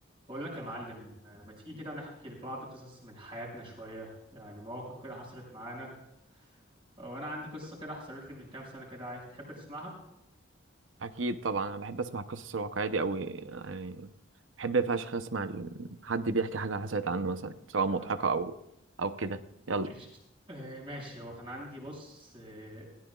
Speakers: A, on the right (about 25°); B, on the right (about 80°).
A: بقول لك يا معلم آه، ما تيجي كده نحكي لبعض قصص من حياتنا شوية يعني مواقف كده حصلت معانا وانا عندي قصة كده حصلت لي من كام سنة كده عايز تحب تسمعها
B: اكيد طبعا انا بحب اسمع القصص الواقعيه دي قوي يعني بحب فشخ اسمع ال- حد بيحكي حاجه حصلت عنه مثلا سواء
A: تمام
B: مضحكه او او كده يلا
A: قشطة آه، ماشي هو كان عندي بص آه،